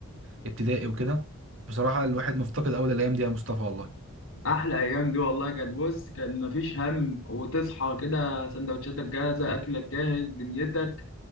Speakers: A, on the right; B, on the left.
A: الابتدائي وكده بصراحه الواحد مفتقد قوي الايام دي يا مصطفى والله
B: احلى ايام دي والله كانت بص كان مفيش هم وتصحى كده سندوتشاتك جاهزه اكلك جاهز دنيتك